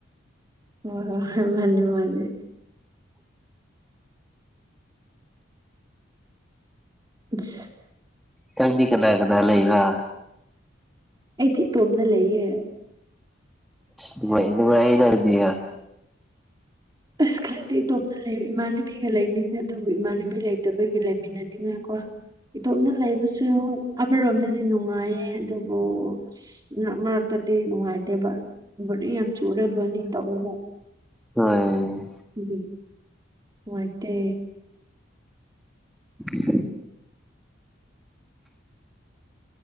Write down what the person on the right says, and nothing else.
ꯑꯣ ꯍꯣꯏ ꯃꯥꯅꯤ ꯃꯥꯅꯤ ꯢꯁ
ꯑꯩꯗꯤ ꯏꯇꯣꯝꯗ ꯂꯩꯌꯦ
ꯑꯁ ꯈ ꯑ ꯏꯇꯣꯝꯅ ꯂꯩ ꯏꯃꯥꯟꯅꯕꯤꯒ ꯂꯩꯅꯤꯡꯉꯦ ꯑꯗꯨꯕꯨ ꯏꯃꯥꯟꯅꯕꯤ ꯂꯩꯇꯕꯒꯤ ꯂꯩꯃꯤꯟꯅꯅꯤꯡꯉꯥꯢꯀꯣ ꯏꯇꯣꯝꯅ ꯂꯩꯕꯁꯨ ꯑꯃꯔꯣꯝꯗꯗꯤ ꯅꯨꯡꯉꯥꯏꯌꯦ ꯑꯗꯨꯕꯨ ꯑꯁ ꯃꯔꯛ ꯃꯔꯛꯇꯗꯤ ꯅꯨꯡꯉꯥꯏꯇꯦꯕ ꯕꯣꯔꯤꯡ ꯌꯥꯝ ꯆꯨꯨꯔꯦ ꯂꯣꯅꯤ ꯇꯧꯋꯦꯕ
ꯅꯨꯡꯉꯥꯏꯇꯦ